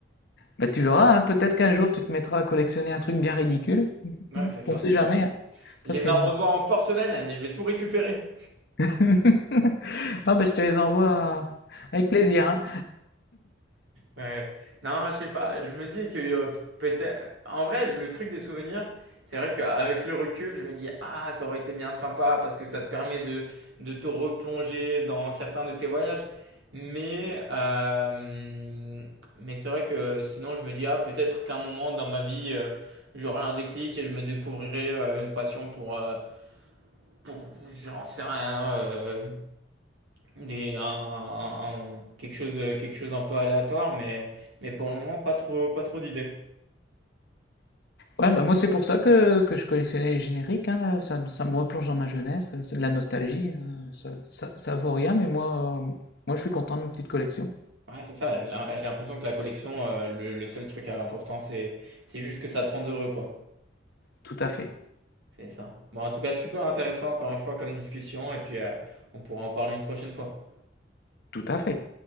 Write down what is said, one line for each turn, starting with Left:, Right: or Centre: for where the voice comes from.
Left: Bah tu verras, hein, peut-être qu'un jour tu te mettras à collectionner un truc bien ridicule. <laughs>
Right: Ouais, c'est ça.
Left: On sait jamais. hein.
Right: Les
Left: Ça c'est
Right: arrosoirs en porcelaine, euh, je vais tout récupérer.
Left: <laughs> Ah bah, je te les envoie euh, avec plaisir. hein.
Right: Ouais. Non, je sais pas, je me dis que euh, peut-être... En vrai, le truc des souvenirs, c'est vrai qu'avec le recul, je me dis, ah, ça aurait été bien sympa parce que ça te permet de, de te replonger dans certains de tes voyages. Mais, euh, mais c'est vrai que sinon, je me dis, ah, peut-être qu'un moment dans ma vie, euh, j'aurai un déclic et je me découvrirai euh, une passion pour, euh, pour j'en sais rien, euh, des, un, un- un- quelque chose, quelque chose un peu aléatoire, mais, mais pour le moment, pas trop, pas trop d'idées.
Left: Ouais, bah, moi c'est pour ça que, que je collectionnais les génériques. hein, là, Ça, me- ça me replonge dans ma jeunesse. euh, C'est de la nostalgie. euh, Ça, ça, ça vaut rien, mais moi, euh, moi je suis content de ma petite collection.
Right: Ouais, c'est ça, j'ai l'im- j'ai l'impression que la collection, euh, le, le seul truc important, c'est, c'est juste que ça te rende heureux, quoi.
Left: Tout à fait.
Right: C'est ça. Bon, en tout cas, super intéressant, encore une fois, comme discussion, et puis euh, on pourra en parler une prochaine fois.
Left: Tout à fait.